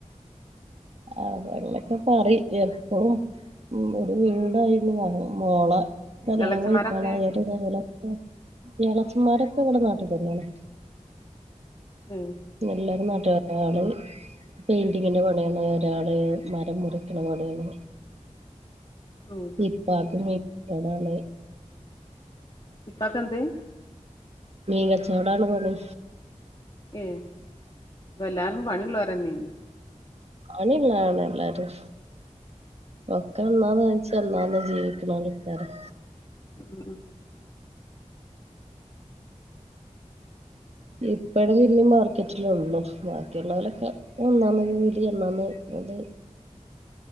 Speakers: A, on the right; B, on the left.
A: അത് അങ്ങനെക്കെ പറിയിം എപ്പളും ഉം ഒരു വീടായി. മോള മോളെ കല്യാണം
B: എളച്ചന്മാരൊക്കെ
A: കഴിക്കണ <unintelligible> മ് ഇളച്ചെൻമാരൊക്കെ ഇവിടെ നാട്ടിൽ തന്നെയാണ്.
B: ഉം
A: എല്ലാരും നാട് ട്ട് ഒരാള് പെയിന്റിങ്ങിന്റെ പണിയാണ് ഒരാള് മരം മുറിക്കണ പണിയാണ്
B: ഉം
A: ഇപ്പാക്ക് മിൻ ച്ചൊടാണ്
B: ഇപ്പക്കെന്ത്
A: മീൻ കച്ചോടാണ് പണി
B: ഏ ഇപ്പ എല്ലാര്ക്കും പണിയുള്ളോരന്നെ
A: പണിയൊള്ളോരാണ് എല്ലാരും ഒക്കെ എന്താന്ന് ച്ചന്നാന്നു ജീവിക്ക്ണോണ്ടക്കാരം
B: ഉം
A: ഇപ്പഴും പിന്നെ മാർക്കറ്റിലൊള്ളു ബാക്കിയുള്ളോലക്കെ അന്നന്ന് വീടി അന്നന്ന് അത്